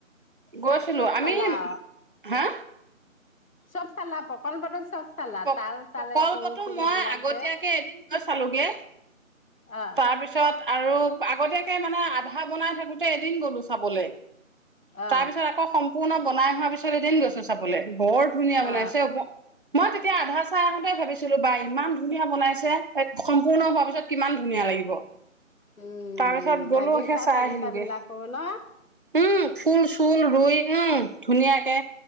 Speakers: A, on the right (about 40°); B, on the left (about 80°).
A: গৈছিলো
B: তাত চব
A: আমি
B: চালাআ
A: হা
B: সব চালা পকল পটল চব চালা
A: প্ৰ
B: তাল চালে
A: প্ৰকল্পটো
B: শোল চোল
A: মই
B: এইবিলাক
A: আগতীয়াকে
B: যে
A: এদিন গৈ চালোগৈ
B: অ
A: তাৰপিছত আৰু আগতীয়া মানে আধা বনাই থাকোতে এদিন গ'লো চাবলৈ
B: অ
A: তাৰপিছত আকৌ সম্পূৰ্ণ বনাই হোৱা পিছ এদিন গৈছো চাবলৈ বৰ ধুনীয়া বনাইছে
B: অ
A: মই তেতিয়া আধা চাই আহোঁতেই ভাবিছিলোঁ বাাই ইমান ধুনীয়া বনাইছে সম্পূৰ্ণ হোৱাৰ পিছত কিমান ধুনীয়া লাগিব
B: উম
A: তাৰপিছত গ'লো
B: বাগিচা
A: সে চাই
B: চাগিচা
A: আহিলোগে
B: বিলাকো ন
A: উম ফুল চুল ৰুই উম ধুনীয়াকে